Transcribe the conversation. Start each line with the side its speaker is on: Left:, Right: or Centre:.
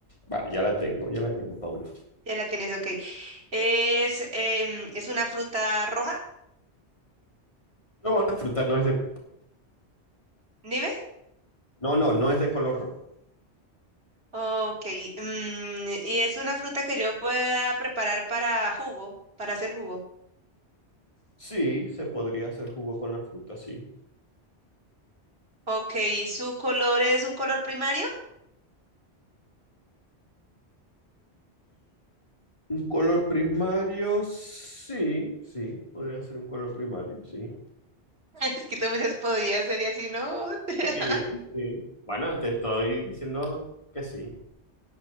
Left: Vale, ya la tengo, ya la tengo, Paula.
Right: Ya la tienes, ok. ¿Es, em, ¿es una fruta roja?
Left: No, la fruta no es de,
Right: Dime.
Left: no, no, no es de color rojo.
Right: Ok, mm, y es una fruta que yo pueda preparar para jugo, para hacer jugo.
Left: Sí, se podría hacer jugo con la fruta, sí.
Right: Ok, ¿su color es un color primario?
Left: Un color primario, sí, sí, podría ser un color primario, sí.
Right: <laughs> Es que tú me dices, podría ser y así, ¿no? <laughs>
Left: Sí, sí. Bueno, te estoy diciendo que sí.